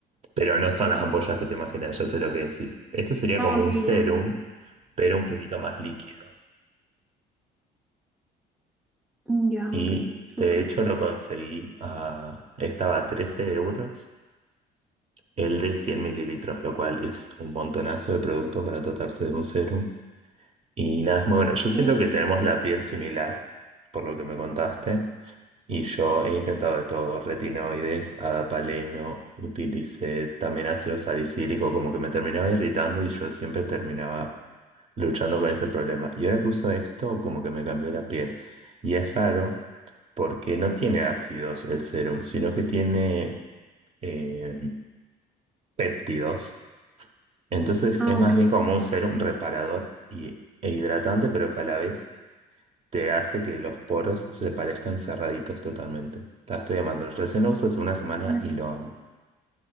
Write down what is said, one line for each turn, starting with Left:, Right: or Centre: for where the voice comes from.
Right: pero no son las ampollas que te imaginas, yo sé lo que decís. Esto sería
Centre: Ah,
Right: como
Centre: ok,
Right: un serum,
Centre: ya, ya.
Right: pero un poquito más líquido.
Centre: Mm, Ya,
Right: Y
Centre: ok, súper.
Right: de hecho lo conseguí a... Estaba a 13 euros el de 100 mililitros, lo cual es un montonazo de producto para tratarse de un serum y nada, es muy bueno. Yo siento
Centre: Sí.
Right: que tenemos la piel similar, por lo que me contaste. Y yo he intentado de todo, retinoides, adapaleno, utilicé también ácido salicílico, como que me terminaba irritando y yo siempre terminaba luchando con ese problema. Y ahora que uso esto, como que me cambió la piel. Y es raro porque no tiene ácidos el serum, sino que tiene eh, péptidos. Entonces
Centre: Ah,
Right: es más
Centre: ok.
Right: bien como un serum reparador y, e hidratante, pero que a la vez te hace que los poros se parezcan cerraditos totalmente. La estoy amando. Recién lo uso hace una semana
Centre: Ay,
Right: y lo amo.